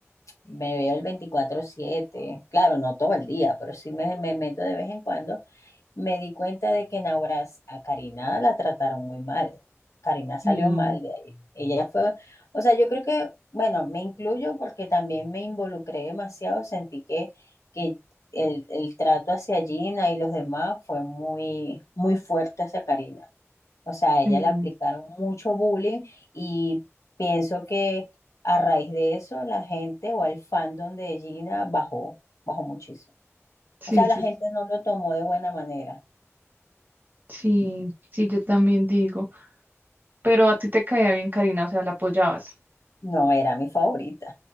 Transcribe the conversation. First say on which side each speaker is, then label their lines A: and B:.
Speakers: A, on the left; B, on the right.
A: me veo el veinticuatro siete, claro, no todo el día, pero sí me, me meto de vez en cuando, me di cuenta de que en Auras a Karina la trataron muy mal. Karina salió
B: Sí,
A: mal de ahí. Ella fue, o sea, yo creo que, bueno, me incluyo porque también me involucré demasiado, sentí que, que el, el trato hacia Gina y los demás fue muy, muy fuerte hacia Karina. O sea, a ella
B: sí,
A: le aplicaron mucho bullying y pienso que a raíz de eso la gente o el fandom de Gina bajó, bajó muchísimo.
B: sí,
A: O sea,
B: sí,
A: la gente no lo tomó de buena manera.
B: sí, sí, yo también digo. Pero a ti te caía bien Karina, o sea, la apoyabas.
A: No era mi favorita.